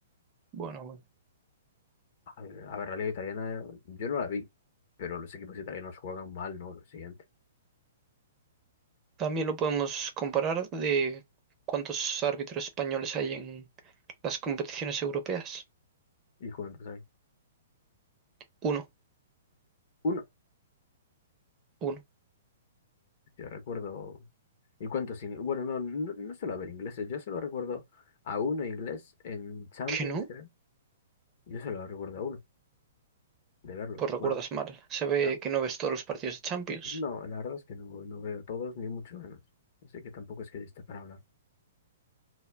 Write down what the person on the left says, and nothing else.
A ver, a ver, la liga italiana, yo no la vi, pero los equipos italianos juegan mal, ¿no? Lo siguiente.
¿Y cuántos hay?
Uno.
Yo recuerdo ¿Y cuántos ingleses? Bueno, no, no, no suelo haber ingleses. Yo solo recuerdo a uno inglés en Champions,
creo. Yo solo recuerdo a uno, de verlo.
Bueno,
a-
no, la verdad es que no, no veo todos, ni mucho menos. Así que tampoco es que esté para hablar.